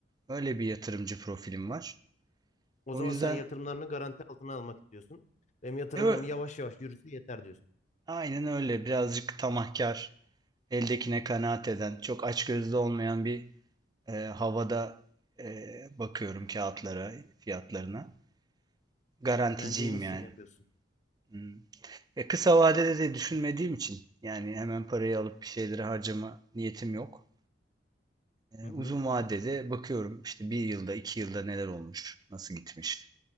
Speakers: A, on the right; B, on the left.
A: öyle bir yatırımcı profilim var.
B: O
A: O
B: zaman
A: yüzden
B: sen yatırımlarını garanti altına almak istiyorsun. Benim yatırımım
A: e, ö-
B: yavaş yavaş yürüse yeter diyorsun.
A: aynen öyle. Birazcık tamahkar, eldekine kanaat eden, çok açgözlü olmayan bir e, havada e, bakıyorum kağıtlara, fiyatlarına. Garanticiyim
B: Bence en iyisini
A: yani.
B: yapıyorsun.
A: Hmm. E, kısa vadede de düşünmediğim için yani hemen parayı alıp bir şeyleri harcama niyetim yok.
B: Hı hı.
A: Uzun vadede bakıyorum işte bir yılda, iki yılda neler olmuş, nasıl gitmiş.